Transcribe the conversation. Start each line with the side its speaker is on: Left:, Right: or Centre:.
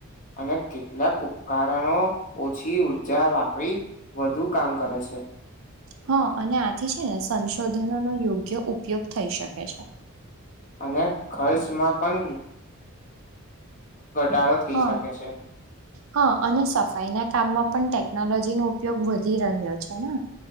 Left: અને કેટલાક ઉપકરણો ઓછી ઉર્જા વાપરી વધુ કામ કરે છે છે
Right: હા અને આથી છે ને સંશોધનોનો યોગ્ય ઉપયોગ થઈ શકે છે
Left: અને ખર્ચમાં પણ ઘટાડો થઈ
Right: હા
Left: શકે છે.
Right: હા અને સફાઈ ના કામમાં પણ ટેકનોલોજી નો ઉપયોગ વધી રહ્યો છે ને